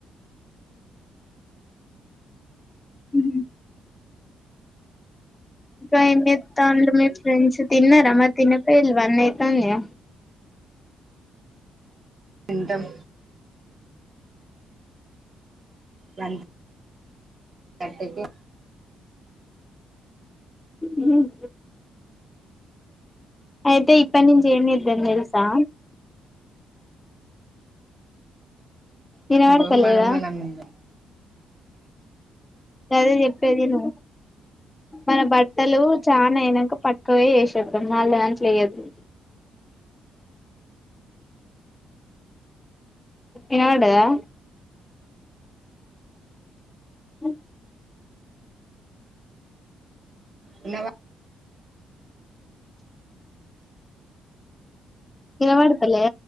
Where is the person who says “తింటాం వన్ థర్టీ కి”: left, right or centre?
Right